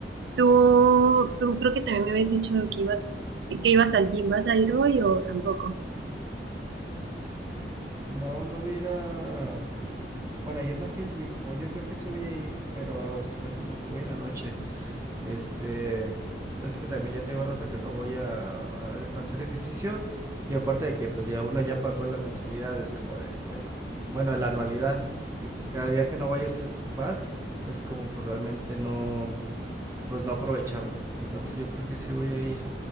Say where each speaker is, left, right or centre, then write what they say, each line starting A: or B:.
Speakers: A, on the right; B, on the right.
A: Tú, tú creo que también me habías dicho que ibas, que ibas al gym, ¿vas a ir hoy o tampoco?
B: No, no voy a ir a, bueno, ayer no fui al gym, o yo creo que sí voy a ir, pero si acaso a lo mejor voy en la noche. Este, es que también ya tengo rato que no voy a, a- a hacer ejercicio y aparte de que pues ya uno ya pagó la mensualidad, es como de, bueno, bueno, la anualidad y pues cada día que no vayas, eh, vas, es como pues realmente no, pues no aprovecharla. Entonces yo creo que sí voy a ir.